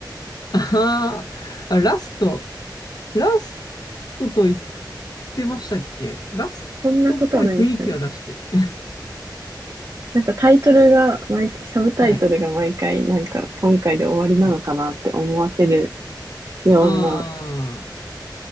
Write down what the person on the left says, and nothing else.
あーあ、ラスト。ラストと言ってましたっけラストっぽい雰囲気は出してる。
<laughs>
はい。
はい。
ああ、